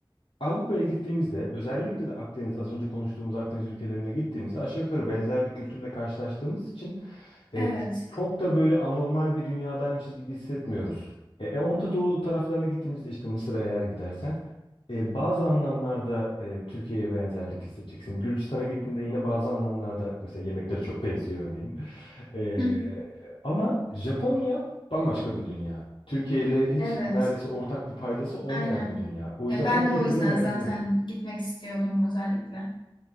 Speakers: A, on the left (about 75°); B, on the left (about 55°).
A: Avrupa'ya gittiğimizde özellikle de Akdeniz, az önce konuştuğumuz Akdeniz ülkelerine gittiğimizde aşağı yukarı benzer bir kültürle karşılaştığımız için e,
B: Evet.
A: ç- çok da böyle anormal bir dünyadaymışız gibi hissetmiyoruz. E, e, Orta Doğu taraflarına gittiğimizde işte Mısır'a eğer gidersen e, bazı anlamlarda e, Türkiye'ye benzerlik hissedeceksin. Gürcistan'a gittiğinde yine bazı anlamlarda mesela yemekleri çok benziyor örneğin. E,
B: Hı.
A: ama Japonya bambaşka bir dünya. Türkiye ile hiç
B: Evet.
A: neredeyse ortak bir paydası olmayan
B: Aynen.
A: bir dünya. O yüzden
B: Ya ben
A: o kültürü
B: de o yüzden
A: de merak
B: zaten
A: ediyorum.
B: gitmek istiyordum özellikle.